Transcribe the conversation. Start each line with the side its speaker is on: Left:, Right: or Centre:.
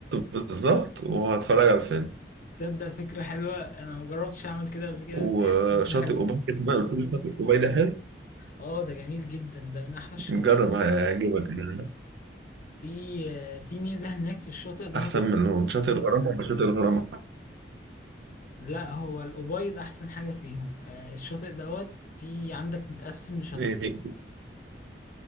Right: بالظبط وهتفرج على الفيلم
Left: تصدق فكرة حلوة أنا ما جربتش أعمل كده قبل كده
Right: وشاطئ
Left: بس <laughs> هي فكرة حلوة
Right: أوبايد كمان قلت له شاطئ أوبايد حلو
Left: اه ده جميل جدا ده من أحلى الشواطئ
Right: نجرب
Left: في
Right: هيعجبك يعني.
Left: في في ميزة هناك في الشاطئ ده
Right: أحسن من شاطئ الغرام ولا شاطئ الغرام
Left: لا هو الأبيض أحسن حاجة فيهم آه، الشاطئ دوت في عندك متقسم لشط
Right: إيه